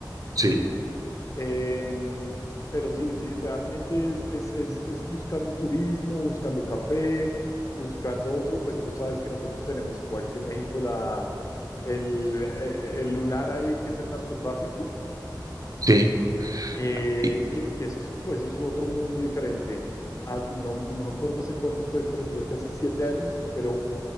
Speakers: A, on the left; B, on the right.
A: ¿sí?
B: Sí,
A: Em, pero sí, sí, realmente es, es, es, es buscando turismo, buscando café, buscando otro, pues tú sabes que nosotros tenemos igual que México la, el, eh, el lunar ahí que es el narcotráfico
B: sí.
A: eh,
B: Y
A: que, que eso es, eso es otro mundo diferente. Ah, no, no me acuerdo hace cuánto fue, pero creo que hace siete años superó